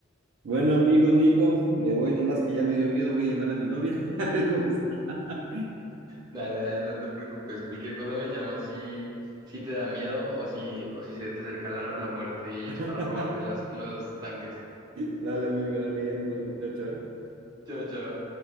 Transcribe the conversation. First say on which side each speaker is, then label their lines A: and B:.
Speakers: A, on the right; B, on the right.
A: Bueno, amigo Nico, me voy nomás que ya me dio miedo, voy a llamar a mi novia, <laughs> a ver cómo está.
B: Dale, dale, no te preocupes. Cualquier cosa me llamas si, si te da miedo o si, o si se te acerca la, la muerte y
A: <laughs>
B: es para robarte las, los tanques.
A: Dale, amigo, dale, ya nos vemos. Chao, chao.
B: Chao, chao.